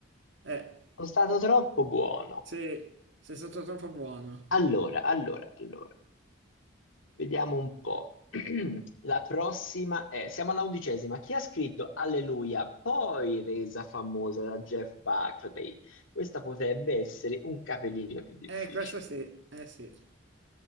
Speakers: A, on the right; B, on the left.
A: Eh,
B: Sono stato troppo buono.
A: sì, sei stato troppo buono.
B: Allora, allora, allora, vediamo un po'. <clears throat> La prossima è, siamo alla undicesima. Chi ha scritto Alleluia, poi resa famosa da Jeff Buckley? Questa potrebbe essere un capellino più difficile.
A: Eh, questo sì, eh sì.